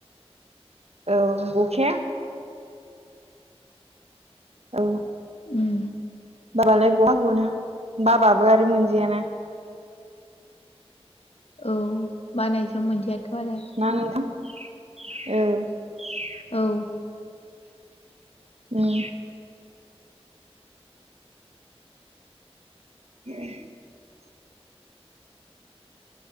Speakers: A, on the right (about 75°); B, on the left (about 70°).
A: औ गखाया औ
B: उम
A: बाबालाय बहा गनो बाबाबो आरो मोनजयाना
B: औ बानायजों मोनजायाथ' आरो
A: ना नोंथां औ
B: औ
A: उम <unintelligible>